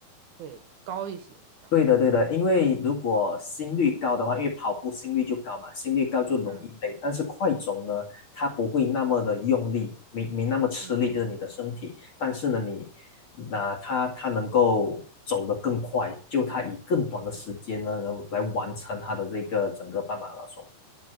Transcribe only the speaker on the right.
会高一些，这样子是吗？
嗯
嗯
嗯
嗯，